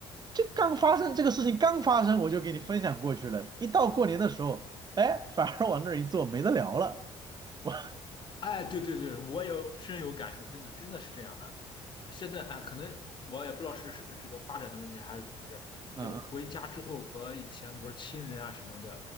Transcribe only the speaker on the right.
这刚发生这个事情刚发生，我就给你分享过去了，一到过年的时候，哎，反而往那儿一坐没得聊了。<laughs> 我
嗯嗯，